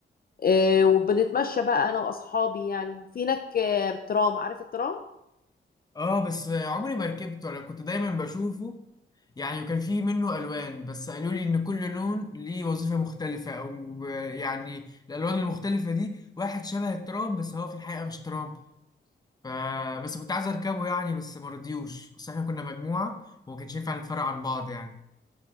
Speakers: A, on the left (about 45°); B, on the left (about 20°).
A: آه، وبنتمشى بقى انا واصحابي يعني في هناك آه، ترام عارف الترام
B: اه بس عمري ما ركبته انا كنت دايما بشوفه يعني وكان فيه منه الوان بس قالوا لي ان كل لون ليه وظيفة مختلفة او ب- يعني الالوان المختلفة دي واحد شبه الترام بس هو في الحقيقة مش ترام ف بس كنت عايز اركبه يعني بس ما رضيوش بس احنا كنا مجموعة وما كانش ينفع نتفرق عن بعض يعني